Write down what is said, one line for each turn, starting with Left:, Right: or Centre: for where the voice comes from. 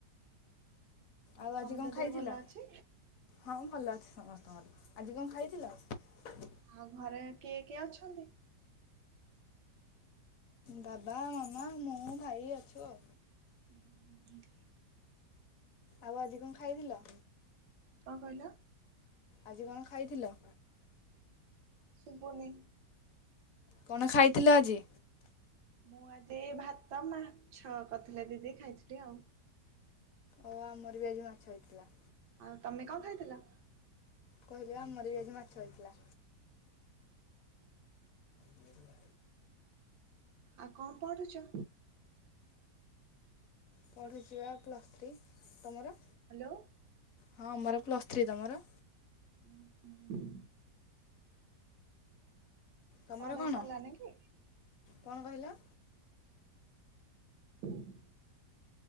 Left: ଆଉ ଆଜି
Right: ସମସ୍ତ
Left: କଣ ଖାଇଥିଲ।
Right: ଦେହ ଭଲ ଅଛି?
Left: ହଁ ଭଲ ଅଛି ସମସ୍ତଙ୍କର ଆଜି କଣ ଖାଇଥିଲ।
Right: ଆଉ ଘରେ କିଏ କିଏ ଅଛନ୍ତି?
Left: ବାବା ମାମା ମୁଁ ଭାଇ ଅଛୁ ଆଉ।
Right: ହୁଁ ହୁଁ ହୁଁ। <inaudible>
Left: ଆଉ ଆଜି କଣ ଖାଇଥିଲ?
Right: କଣ କହିଲ?
Left: ଆଜି କଣ ଖାଇଥିଲ?
Right: ସୁବୁନି।
Left: କଣ ଖାଇଥିଲ ଆଜି?
Right: ମୁଁ ଆଜି ଭାତ ମାଛ କଥିଲେ ଦିଦି ଖାଇଥିଲି ଆଉ।
Left: ଓ ଆମର ବି ଆଜି ମାଛ ହେଇଥିଲା।
Right: ଆଉ ତମେ କଣ ଖାଇଥିଲ?
Left: କହିଲି ଆମର ବି ଆଜି ମାଛ ହେଇଥିଲା। ଜରୁଆ।
Right: ଆଉ କଣ ପଢୁଚ?
Left: ପଢୁଚି ବା ପ୍ଲସ୍ ଥ୍ରୀ ତମର
Right: ହ୍ୟାଲୋ।
Left: ହଁ ମୋର ପ୍ଲସ୍ ଥ୍ରୀ ତମର।
Right: ଉଁ ହୁଁ।
Left: ତମର
Right: ପଢା
Left: କଣ?
Right: ସରିଲାନି କି?
Left: କଣ କହିଲ?
Right: ଉଁ ହୁଁ।